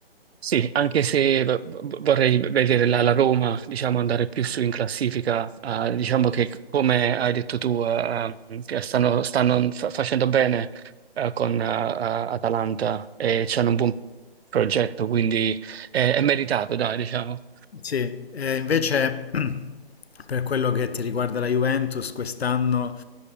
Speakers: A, on the right; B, on the left.
A: sì, anche se v- v- vorrei vedere la, la Roma, diciamo, andare più su in classifica, eh, diciamo che come hai detto tu, eh, eh, che stanno, stanno fa- facendo bene eh, con eh, eh, Atalanta e c'hanno un buon progetto, quindi è, è meritato, dai, diciamo.
B: Sì, e invece <clears throat> per quello che ti riguarda la Juventus, quest'anno